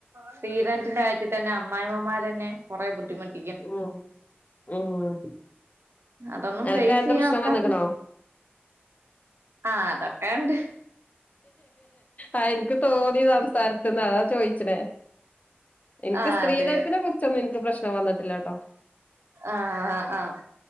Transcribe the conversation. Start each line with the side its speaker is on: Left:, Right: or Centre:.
Right: സ്ത്രീധനത്തിന്റെ കാര്യത്തി തന്നെ അമ്മായിമ്മമാരെന്നെ കൊറെ ബുദ്ധിമുട്ട്
Left: ഉം ഉം
Right: അതൊന്നും
Left: അനക്കക്കങ്ങത്തെ
Right: ഫേസ് ചെയ്യാൻ
Left: പ്രശ്നം
Right: ഒക്കാത്ത
Left: വന്ന്ക്ക്ണോ? <inaudible>
Right: ആഹ് അതൊക്കെണ്ട്
Left: അത് ഇൻക്ക് തോന്നി സം സാര്ത്ത്ന്ന് അതാ ചോയ്ച്ച്നേ ഇൻക്ക്
Right: ആഹ്
Left: സ്ത്രീധത്തിനെ
Right: അതെ
Left: കുർ ച്ചൊന്നും ഇൻക്ക് പ്രശ്നം വന്നട്ടില്ലാട്ടോ
Right: ആഹ് ആഹ് ആഹ്